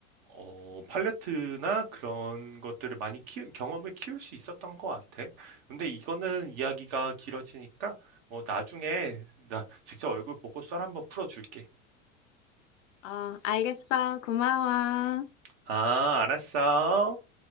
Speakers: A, on the right (about 45°); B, on the left (about 65°).
A: 어, 팔레트나 그런 것들을 많이 키 경험을 키울 수 있었던 것 같아. 근데 이거는 이야기가 길어지니까, 어, 나중에 나 직접 얼굴 보고 썰 한번 풀어줄게.
B: 아, 알겠어. 고마워.
A: 아, 알았어.